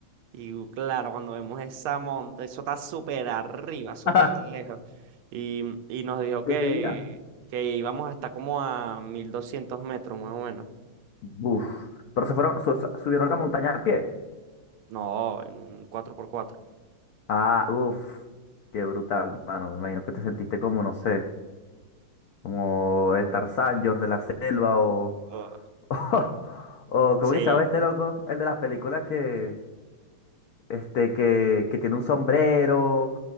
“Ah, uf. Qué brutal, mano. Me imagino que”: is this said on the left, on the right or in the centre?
Left